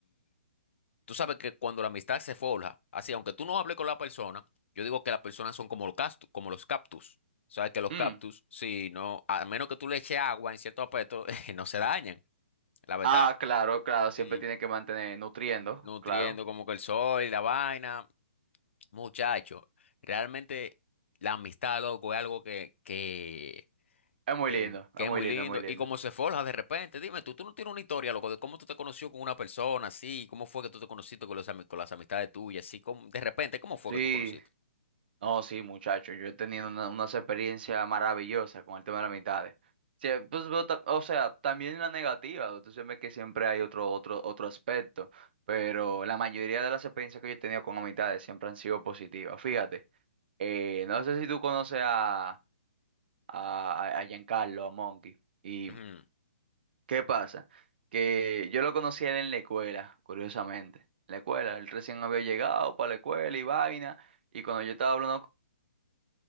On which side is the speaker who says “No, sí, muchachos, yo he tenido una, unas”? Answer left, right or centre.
Right